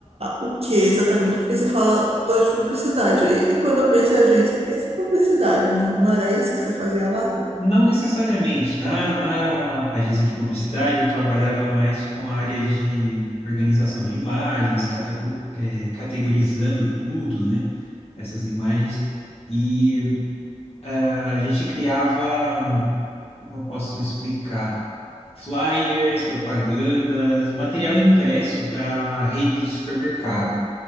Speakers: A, on the right (about 55°); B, on the left (about 55°).
A: o que exatamente? Porque você fala, gosto de publicidade. E quando eu penso em agência, eu penso em publicidade. Não, não era isso que você fazia lá?
B: Não necessariamente. Na, na agência de publicidade, eu trabalhava mais com a área de organização de imagens, catago- é, categorizando tudo, né? Essas imagens. E a gente criava, como eu posso explicar? Flyers, propagandas, material impresso para rede de supermercado.